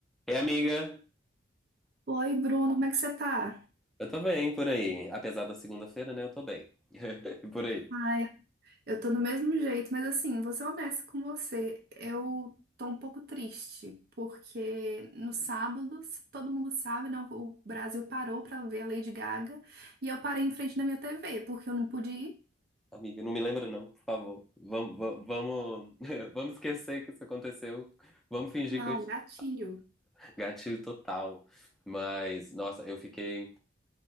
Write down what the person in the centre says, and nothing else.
Ei, amiga,
eu tô bem por aí. Apesar da segunda-feira, né? Eu tô bem. <laughs> E por aí.
Amiga, não me lembra não, por favor. Vamos, vamos, vamos <laughs> vamos esquecer que isso aconteceu. Vamos fingir
que eu estive.
Gatilho total. Mas, nossa, eu fiquei.